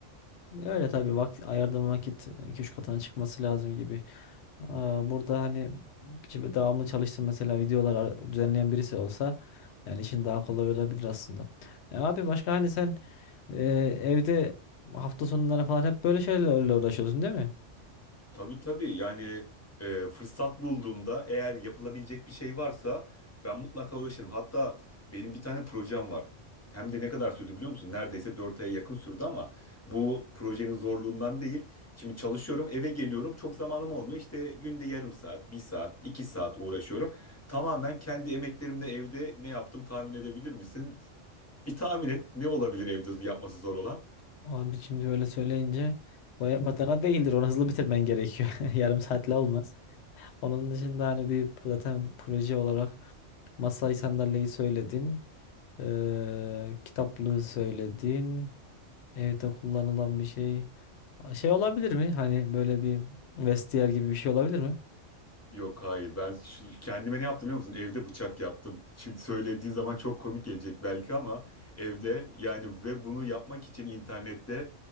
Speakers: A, on the left; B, on the left.
A: Öyle tabii vakit ayırdığın vakit iki üç katına çıkması lazım gibi. Aa, Burada hani şimdi devamlı çalıştığım mesela videolar ar- düzenleyen birisi olsa yani işin daha kolay olabilir aslında. E abi başka hani sen e, evde hafta sonları falan hep böyle şeylerle uğraşıyorsun değil mi?
B: Tabii tabii yani e, fırsat bulduğumda eğer yapılabilecek bir şey varsa ben mutlaka uğraşırım. Hatta benim bir tane projem var. Hem de ne kadar sürdü biliyor musun? Neredeyse 4 aya yakın sürdü ama bu projenin zorluğundan değil. Şimdi çalışıyorum eve geliyorum çok zamanım olmuyor. İşte günde yarım saat, bir saat, iki saat uğraşıyorum. Tamamen kendi emeklerimle evde ne yaptım tahmin edebilir misin? Bir tahmin et ne olabilir evde yapması zor olan?
A: Abi şimdi öyle söyleyince baya <laughs> batana değildir. Onu hızlı bitirmen gerekiyor. <laughs> Yarım saatle olmaz. Onun dışında hani bir zaten proje olarak masayı sandalyeyi söyledin. Eee kitaplığı söyledin. Evde kullanılan bir şey. Şey olabilir mi? Hani böyle bir vestiyer gibi bir şey olabilir mi?
B: Yok hayır ben şu- kendime ne yaptım biliyor musun? Evde bıçak yaptım. <laughs> Şimdi söylediği zaman çok komik gelecek belki ama evde yani ve bunu yapmak için internette